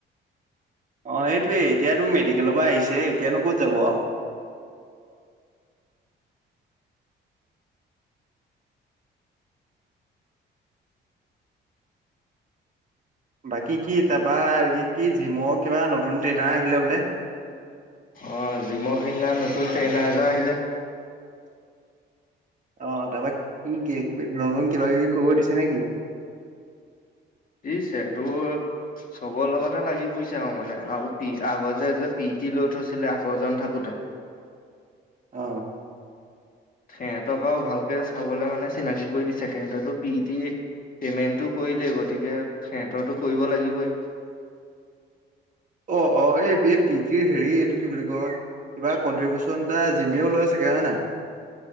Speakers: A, on the right; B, on the left.
A: অ সেইটোয়ে, এতিয়াতো মেডিকেলৰ পৰা আহিছে, এতিয়ানো ক'ত যাব আও? বাকী কি তাৰপা কি কি জিমৰ কিবা নতুন ট্ৰেইনাৰ আহিলে বোলে?
B: অঁ জিমৰ সেদিনা নতুন ট্ৰেইনাৰ এজন আহিলে।
A: অঁ তাপা কি কি নতুন কিবা কিবি কৰিব দিছে নেকি?
B: দিছে। তোৰ- চবৰ লগতে লাগি ফুৰিছে আৰু মানে আৰু আগৰ যে যে পি টি লৈ থৈছিলে আগৰজন থাকোতে।
A: অঁ'।
B: সেহেঁতক আৰু ভালকে চাবলে মানে চিনাকি কৰি দিছে। সেহেঁতৰটো পিটি- পে'মেণ্টটো কৰিলেই, গতিকে সেহেঁতৰটো কৰিব লাগিবই।
A: অ অ এই এই পিটিৰ হেৰি, এইটো কি বুলি কয়? কিবা কণ্ট্ৰিবিউচন এটা জিমেও লয় চাগে হয় নাই?